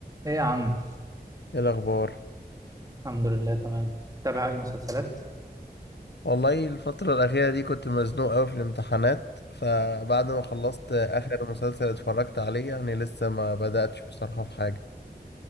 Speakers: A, on the right; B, on the left.
A: ايه يا عم
B: ايه الاخبار
A: الحمد لله تمام تابع اي مسلسلات
B: والله الفترة الأخيرة دي كنت مزنوق أوي في الامتحانات فبعد ما خلصت آخر مسلسل اتفرجت عليه يعني لسه ما بدأتش بصراحة في حاجة